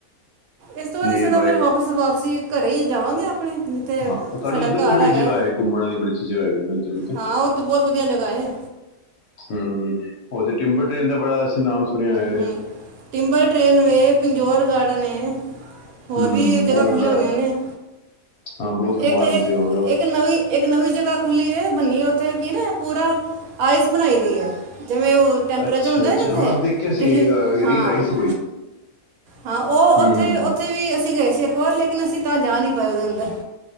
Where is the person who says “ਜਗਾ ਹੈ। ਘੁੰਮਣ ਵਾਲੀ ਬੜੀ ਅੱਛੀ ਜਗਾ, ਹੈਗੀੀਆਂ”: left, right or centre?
Left